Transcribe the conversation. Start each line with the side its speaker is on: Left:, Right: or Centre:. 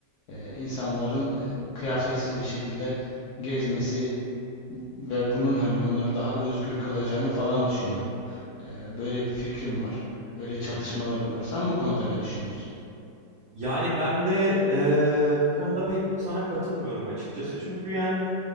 Left: e, insanların e, kıyafetsiz bir şekilde gezmesi ve bunun hani onları daha özgür kılacağını falan düşünüyorum. E, böyle bir fikrim var. Böyle çalışmalarım
Right: Hı hı.
Left: var. Sen bu konuda ne düşünüyorsun?
Right: Yani ben de eee, bu konuda pek sana katılmıyorum açıkçası. Çünkü yani